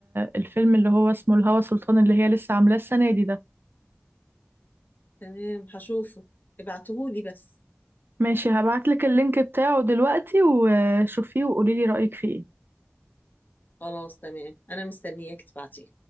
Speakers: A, on the right; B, on the left.
A: الفيلم اللي هو اسمه الهوى سلطان اللي هي لسه عاملاه السنة دي ده
B: تمام هشوفه ابعتهولي بس
A: ماشي هبعتلك اللينك بتاعه دلوقتي وشوفيه وقوليلي رأيك فيه إيه
B: خلاص تمام أنا مستنياك تبعتيه